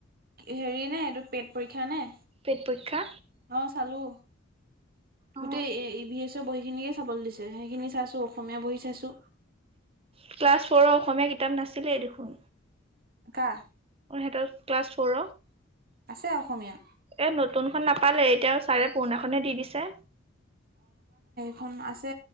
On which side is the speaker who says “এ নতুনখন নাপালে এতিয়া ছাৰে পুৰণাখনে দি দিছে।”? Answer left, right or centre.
Right